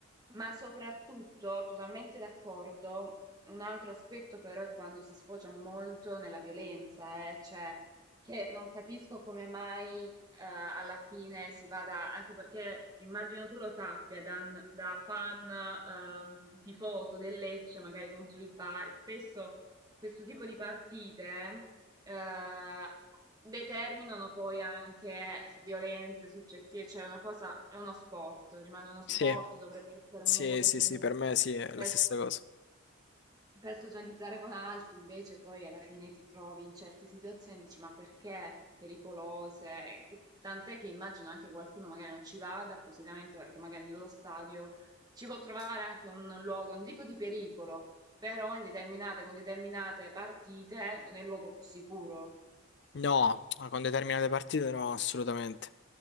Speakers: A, on the right; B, on the left.
A: ma soprattutto, totalmente d'accordo, un altro aspetto però è quando si sfocia molto nella violenza, eh, cioè che non capisco come mai eh, alla fine si vada, anche perché immagino tu lo sappia, da, da fan ehm, tifoso del Lecce, magari contro il Bari, spesso questo tipo di partite eh, eh, determinano poi anche violenze successive, cioè è una cosa, è uno sport, rimane uno sport,
B: Sì,
A: dovrebbe essere
B: Sì,
A: un modo
B: sì,
A: comunque
B: sì, per me sì, è
A: per,
B: la stessa
A: so-
B: cosa.
A: per socializzare con altri, invece poi alla fine ti trovi in certe situazioni, dici ma perché pericolose? Che- Tant'è che immagino anche qualcuno magari non ci vada appositamente perché magari nello stadio ci può trovare anche un luogo, non dico di pericolo, però in determinate, con determinate partite non è il luogo più sicuro.
B: No, ah, con determinate partite no, assolutamente.